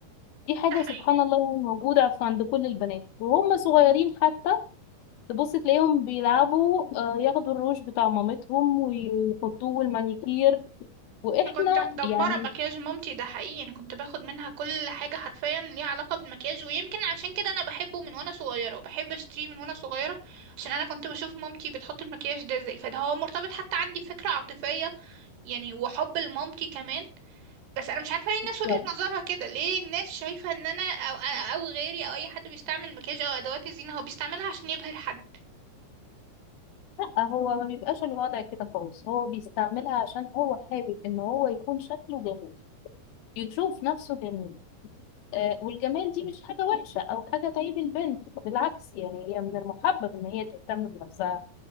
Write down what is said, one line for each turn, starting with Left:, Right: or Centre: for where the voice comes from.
Left: دي حاجة
Right: ده حقيقي
Left: سبحان الله يعني موجودة عند كل البنات وهم صغيرين حتى تبص تلاقيهم بيلعبوا آه، ياخدوا الروج بتاع مامتهم ويحطوه والمانيكير واحنا
Right: انا كنت مدمرة
Left: يعني
Right: مكياج مامتي ده حقيقي انا كنت باخد منها كل حاجة حرفيا ليها علاقة بالمكياج ويمكن عشان كده انا بحبه من وانا صغيرة وبحب اشتريه من وانا صغيرة عشان انا كنت بشوف مامتي بتحط المكياج ده ازاي فده هو مرتبط حتى عندي فكرة عاطفية يعني وحب لمامتي كمان بس انا مش عارفه ليه الناس وجهة
Left: لا
Right: نظرها كده ليه الناس شايفه ان انا او او غيري او اي حد بيستعمل مكياج او ادوات الزينه هو بيستعملها عشان يبهر حد
Left: هو ما بيبقاش الوضع كده خالص هو بيستعملها عشان هو حابب ان هو يكون شكله جميل يشوف نفسه جميل آه والجمال دي مش حاجة وحشة او حاجة تعيب البنت بالعكس يعني هي من المحبب ان هي تهتم بنفسها